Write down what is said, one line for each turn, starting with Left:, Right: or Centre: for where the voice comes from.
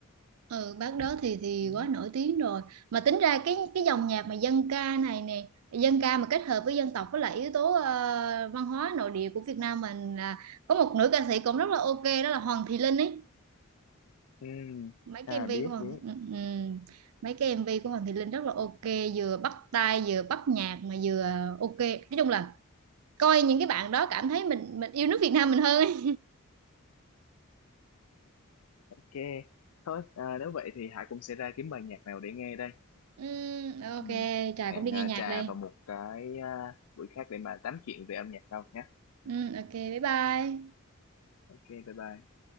Right: ừ bác đó thì thì
Left: ừ.
Right: quá nổi tiếng rồi mà tính ra cái cái dòng nhạc mà dân ca này nè dân ca mà kết hợp với dân tộc với lại yếu tố ờ, văn hóa nội địa của Việt Nam mình là có một nữ ca sĩ cũng rất là ok đó là Hoàng Thị Linh ấy
Left: Ừ.
Right: mấy cái
Left: à
Right: MV
Left: biết
Right: của Hoàng
Left: biết
Right: Thị, ừ, ừ. mấy cái MV của Hoàng Thị Linh rất là ok vừa bắt tai vừa bắt nhạc mà vừa ok nói chung là coi những cái bạn đó cảm thấy mình mình yêu nước Việt Nam mình hơn ấy.
Left: Ok, thôi à, nếu vậy thì Hải cũng sẽ ra kiếm bài nhạc nào để nghe đây.
Right: Ừ, ok
Left: Ừ.
Right: Trà
Left: Hẹn
Right: cũng đi nghe
Left: à,
Right: nhạc
Left: trà
Right: đây
Left: vào một cái à, buổi khác để mà tám chuyện về âm nhạc đâu nhé.
Right: ừ, ok bye bye
Left: Ok, bye bye.